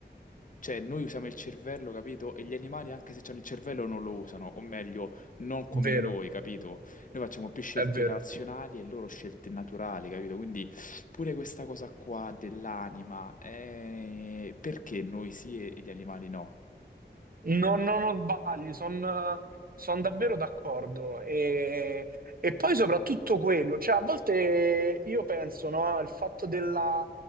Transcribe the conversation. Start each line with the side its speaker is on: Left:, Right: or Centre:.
Left: Cioè, noi usiamo il cervello, capito? E gli animali, anche se hanno il cervello, non lo usano, o meglio, non come
Right: vero,
Left: noi, capito? Noi facciamo più scelte
Right: è vero.
Left: razionali e loro scelte naturali, capito? Quindi pure questa cosa qua dell'anima, eh, perché noi sì e e gli animali no?
Right: No, no, non sbagli, sono davvero d'accordo. E, e poi soprattutto quello, cioè a volte io penso, no, al fatto della,